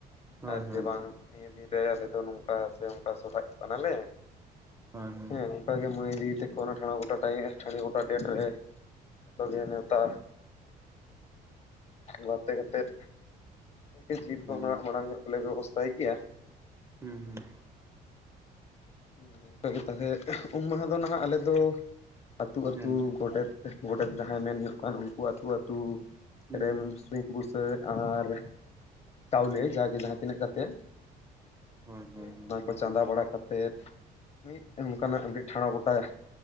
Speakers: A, on the right; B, on the left.
A: ᱦᱳᱭ
B: ᱟᱨ
A: ᱦᱳᱭ
B: ᱡᱮ ᱵᱟᱝ ᱱᱤᱭᱟᱹ ᱫᱤᱱᱨᱮ ᱟᱞᱮ ᱫᱚ ᱱᱚᱝᱠᱟ ᱥᱮ ᱚᱝᱠᱟ ᱥᱚᱨᱦᱟᱜ ᱠᱟᱱᱟᱞᱮ
A: ᱦᱳᱭ ᱦᱳᱭ
B: ᱦᱮᱸ ᱚᱱᱠᱟᱜᱮ ᱢᱟᱹᱭ ᱫᱤ ᱛᱮᱠᱚ ᱚᱱᱟ ᱴᱷᱟᱲᱚ ᱜᱚᱴᱟ ᱴᱟᱭᱤᱢ ᱜᱚᱴᱟ ᱰᱮᱴ ᱨᱮ ᱛᱚᱜᱮ ᱱᱮᱶᱛᱟ, ᱵᱟᱨᱛᱮ ᱠᱟᱛᱮᱫ <unintelligible> ᱠᱚᱦᱚᱱᱟᱜ
A: ᱦᱩᱸ
B: ᱢᱟᱲᱟᱝ ᱧᱚᱜ ᱜᱮᱞᱮ ᱵᱮᱵᱚᱥᱛᱷᱟᱭ ᱜᱮᱭᱟ᱾
A: ᱦᱩᱸ ᱦᱩᱸ
B: ᱦᱩ ᱚᱝᱠᱟᱜ ᱜᱮ ᱛᱟᱦᱞᱮ ᱩᱢ ᱢᱟᱦᱟ ᱫᱚ ᱱᱟᱦᱟᱜ ᱟᱞᱮ ᱫᱚ ᱟᱹᱛᱩ ᱟᱹᱛᱩ
A: ᱦᱮᱸ
B: ᱜᱚᱰᱮᱛ ᱜᱚᱰᱮᱛ ᱡᱟᱦᱟᱸᱭ ᱢᱮᱱ ᱦᱩᱭᱩᱜ ᱠᱟᱱ ᱩᱱᱠᱩ ᱟᱹᱛᱩ ᱟᱹᱛᱩ
A: ᱦᱩᱸ
B: ᱨᱮᱢ
A: ᱦᱩᱸ
B: ᱥᱤᱣᱤᱯ ᱵᱩᱥᱟᱹᱜ ᱟᱨ ᱪᱟᱣᱞᱮ ᱡᱟᱜᱮ ᱡᱟᱦᱟᱸ ᱛᱤᱱᱟᱹᱜ ᱠᱟᱛᱮ
A: ᱦᱳᱭ ᱦᱳᱭ
B: ᱦᱮᱸᱻ
A: ᱦᱩᱸ
B: ᱚᱱᱟ
A: ᱦᱩᱸ
B: ᱠᱚ ᱪᱟᱸᱫᱟ
A: ᱦᱩᱸ
B: ᱵᱟᱲᱟ ᱠᱟᱛᱮᱫ ᱢᱤᱫ ᱚᱱᱠᱟᱱᱟᱜ ᱜᱮ ᱴᱷᱟᱲᱚ ᱜᱚᱴᱟᱭᱟ